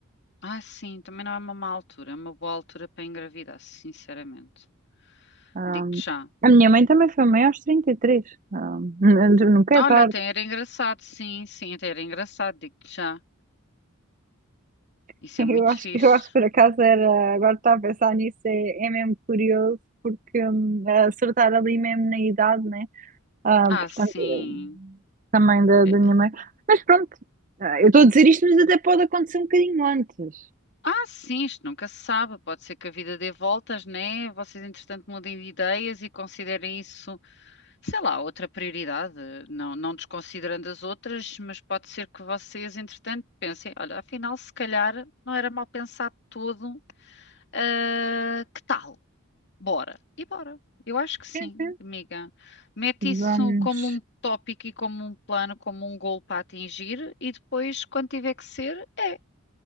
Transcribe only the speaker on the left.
Ah, sim, também não é uma má altura, é uma boa altura para engravidar, sinceramente.
Digo-te já.
Olha,
até
era engraçado, sim, sim, até era engraçado, digo-te já.
Isso
é muito
fixe.
Ah,
sim.
É-
Ah, sim, isto nunca se sabe. Pode ser que a vida dê voltas, né? Vocês, entretanto, mudem de ideias e considerem isso, sei lá, outra prioridade. Não, não desconsiderando as outras, mas pode ser que vocês, entretanto, pensem: olha, afinal, se calhar não era mal pensado todo Ah, que tal? Bora. E bora. Eu acho que sim,
amiga. Mete isso
como um tópico e como um plano, como um gol para atingir, e depois, quando tiver que ser, é.